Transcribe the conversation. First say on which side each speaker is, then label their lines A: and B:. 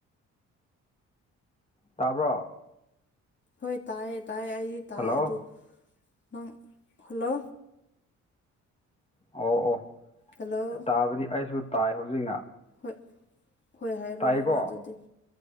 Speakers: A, on the left (about 20°); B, on the left (about 35°).
A: ꯇꯥꯕ꯭ꯔꯣ
B: ꯍꯣꯏ ꯇꯥꯏꯌꯦ ꯇꯥꯏꯌꯦ ꯑꯩꯗꯤ
A: ꯍꯜꯂꯣ
B: ꯇꯥꯏꯌꯦ ꯑꯗꯨ ꯅꯪ ꯍꯜꯂꯣ
A: ꯑꯣ ꯑꯣ
B: ꯍꯜꯂꯣ
A: ꯇꯥꯕꯗꯤ ꯑꯩꯁꯨ ꯇꯥꯏ ꯍꯧꯖꯤꯛꯅ
B: ꯍꯣꯏ ꯍꯣꯏ ꯍꯥꯏꯔꯣ
A: ꯇꯥꯏꯀꯣ
B: ꯍꯥꯏꯔꯣ ꯑꯗꯨꯗꯤ